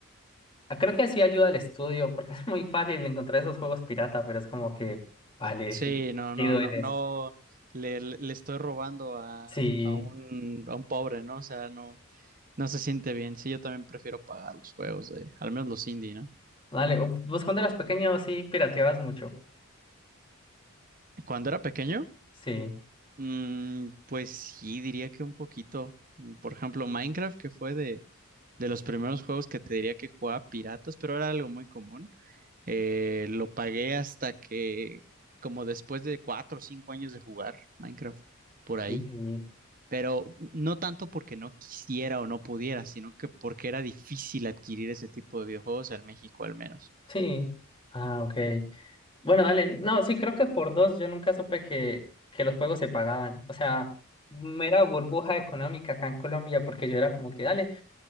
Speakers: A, on the left; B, on the right.
A: Ah, Creo que así ayuda al estudio, porque <laughs> es muy fácil encontrar esos juegos pirata, pero es como que, vale,
B: Sí,
A: sí,
B: no,
A: sí
B: no,
A: duele.
B: no, no
A: Sí,
B: le, le- le estoy robando a,
A: Sí,
B: a un, a un pobre, ¿no? O sea, no, no se siente bien. Sí, yo también prefiero pagar los juegos de, al menos los indie, ¿no?
A: vale, o- vos cuando eras pequeño sí pirateabas mucho.
B: Cuando era pequeño,
A: Sí,
B: mm, pues sí, diría que un poquito. Mm, Por ejemplo, Minecraft, que fue de de los primeros juegos que te diría que jugaba piratas, pero era algo muy común. Eh, lo pagué hasta que, como después de cuatro o cinco años de jugar Minecraft, por ahí.
A: y sí,
B: Pero no tanto porque no quisiera o no pudiera, sino que porque era difícil adquirir ese tipo de videojuegos en México al menos.
A: sí. Ah, ok. Bueno, dale, no, sí, creo que por dos yo nunca supe que, que los juegos se pagaban. O sea, mera burbuja económica acá en Colombia, porque yo era como que, dale,